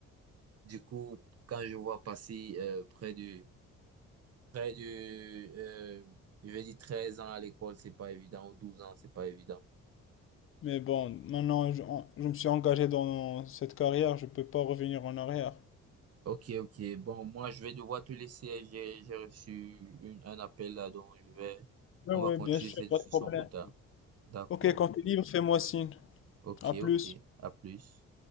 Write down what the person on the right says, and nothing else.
du coup, quand je vois passer euh, près de, près de, euh, je vais dire 13 ans à l'école, c'est pas évident, ou 12 ans, c'est pas évident.
Ok, ok. Bon, moi, je vais devoir te laisser. J'ai, j'ai reçu une- un appel là, donc je vais,
on
va continuer
cette
discussion
plus tard. D'accord.
Ok,
ok. À plus.